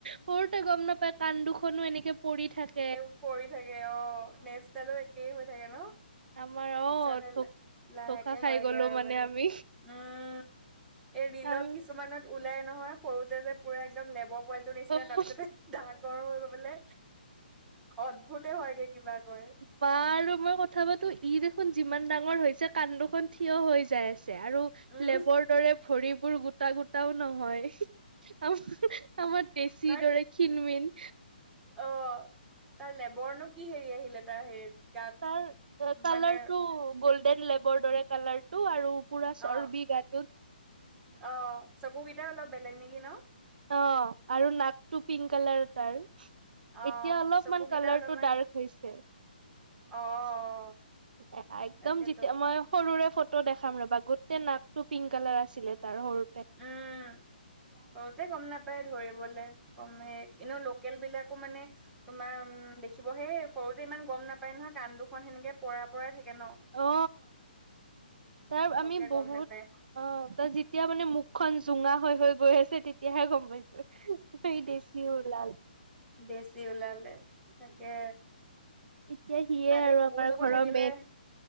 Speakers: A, on the right (about 60°); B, in the centre.
A: সৰুতে গম নাপায়, কান দুখনো, এনেকে পৰি থাকে।
B: এইবোৰ পৰি থাকে, অ'! নেজ ডালো একেই হৈ থাকে ন'?
A: আমাৰ অ
B: পিছতহে,
A: ধ
B: লাহেকে
A: ধোকা খাই
B: হয়গে
A: গলো
B: আৰু মানে।
A: আমি
B: উম! এ, ৰিলত
A: আমি
B: কিছুমানত ওলাই নহয়। সৰুতে যে, পূৰা একদম, লেব মোবাইলটোৰ নিচিনা।
A: অ',
B: তাৰ পিছতে, ডাঙৰ গৰম হৈ গ'লে। অদ্ভুতে হয়গে, কিবা কৈ।
A: মা আৰু মই কথা পাতোঁ, ই দেখোন, যিমান ডাঙৰ হৈছে, কান দুখন থিয় হৈ যাই আছে। আৰু
B: উম
A: লেবৰ দৰে, ভৰিবোৰ গোটা-গোটাও নহয়। আমাৰ, আমাৰ দেচিৰ
B: তাৰ
A: দৰে খিন-মিন।
B: অ তাৰ, লেবৰনো কি হেৰি আহিলে, তাৰ হেৰিত? গাত
A: তাৰ কালাৰটো,
B: মানে
A: গল্ডেন লেবৰ দৰে কালাৰটো। আৰু পূৰা চৰ্বি
B: অ
A: গাটোত।
B: অ'! চকুকেইটাও অলপ বেলেগ নেকি ন'?
A: অ'! আৰু নাকটো পিংক কালাৰ তাৰ। এতিয়া,
B: অ
A: অলপমান
B: চকুকেইটা
A: কালাৰটো
B: অলপমান
A: ডাৰ্ক হৈছে।
B: অ অ
A: <unintelligible> একদম
B: তাকেতো
A: যেতিয়া, মই সৰুৰে ফটো ফটো দেখাম ৰ'বা, গোটেই নাকটো পিংক কালাৰ আছিলে তাৰ। সৰু
B: উম, সৰুতে গম নাপায় ধৰিবলে গমেই এনেও লক লোকেল বিলাকো মানে তোমাৰ উম, দেখিব সেই সৰুতে ইমান গম নাপায় নহয় কাণ দুখন সেনেকে পৰা- পৰা থাকে। ন
A: অ, তাৰ
B: পতককে
A: আমি বহুত
B: গম নাপায়
A: অ, ত' যেতিয়া মানে মুখখন জোঙা হৈ গৈ -গৈ আছে তেতিয়াহে গম <unintelligible> দেচি ওলাল।
B: দেচি ওলালে, তাকে।
A: এতিয়া সিয়ে
B: ভালে,
A: আৰু
B: কুকুৰ
A: আমাৰ
B: -চুকুৰ
A: ঘৰৰ
B: থাকিলে,
A: মেইন